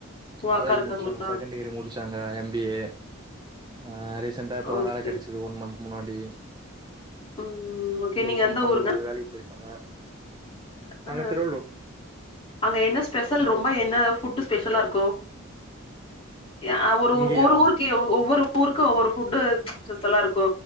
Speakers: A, on the left (about 25°); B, on the right (about 20°).
A: ஓ
B: காலேஜு
A: அக்கா இருக்காங்களா
B: முடிச்சாங்க செகண்டு இயரு முடிச்சாங் இங்க தா எம் பி ஏ அ ரீசன்டா இப்ப தா
A: ஓகே
B: வேல கெடைச்சுது ஒன் மந்த் முன்னாடி
A: ம் ஓகே
B: எதோவொரு
A: நீங்க
B: கம்பென்ல
A: எந்த ஊருங்க
B: வேலைக்கு போயிருக்காங்க நாங்க
A: அ
B: திருவள்ளூர்
A: அங்க என்ன ஸ்பெஷல்
B: ம்
A: ரொம்போ என்ன ஃபுட் ஸ்பெஷலா இர்க்கோ எ அ ஒரு ஊ
B: இங்கயா
A: ஒவ்வோரு ஊருக்கு எ ஒவ்வோரு ஊருக்கு ஒவ்வோரு ஃபுட்டு ஸ்பெஸலா இருக்கோ